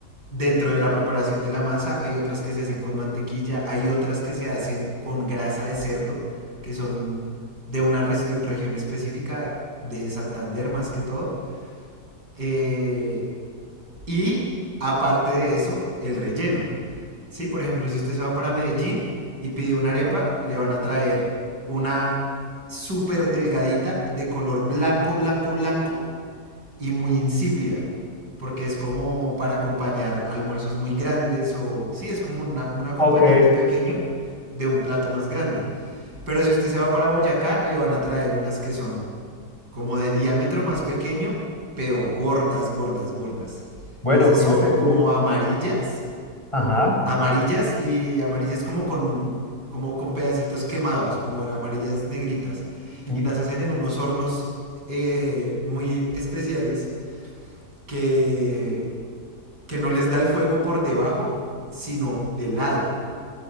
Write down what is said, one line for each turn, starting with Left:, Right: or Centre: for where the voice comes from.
Right: dentro de la preparación de la masa, hay otras que se hacen con mantequilla, hay otras que se hacen con grasa de cerdo, que son de una re región específica de Santander más que todo. Eh, y aparte de eso, el relleno. Sí, por ejemplo, si usted se va para Medellín y pide una arepa, le van a traer una súper delgadita de color blanco, blanco, blanco y muy insípida. Porque es como para acompañar almuerzos muy grandes o... Sí, es como una- un acompañante
Left: Ok,
Right: pequeño de un plato más grande. Pero si usted se va para Boyacá, le van a traer unas que son como de diámetro más pequeño, pero gordas, gordas, gordas.
Left: bueno,
Right: Y esas
Left: fíjate
Right: son como
Left: tú.
Right: amarillas
Left: Ajá.
Right: amarillas y amarillas como con, como con pedacitos quemados, como amarillas negritas.
Left: Mm.
Right: Y las hacen en unos hornos eh, muy especiales que, que no les da el fuego por debajo, sino de lado.